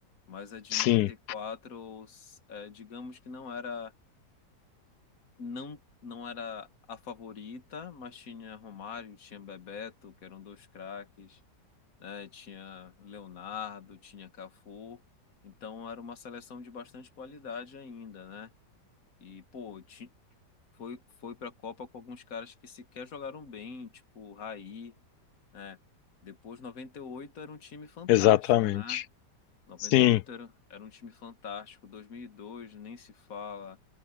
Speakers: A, on the left; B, on the left.
A: Mas a de
B: Sim,
A: 94, é, digamos que não era não não era a favorita, mas tinha Romário, tinha Bebeto, que eram dois craques né? Tinha Leonardo, tinha Cafu. Então era uma seleção de bastante qualidade ainda, né? E, pô, ti- foi, foi pra Copa com alguns caras que sequer jogaram bem, tipo Raí, né? Depois, 98 era um time fantástico,
B: exatamente.
A: né? 98
B: Sim,
A: era, era um time fantástico. 2002, nem se fala.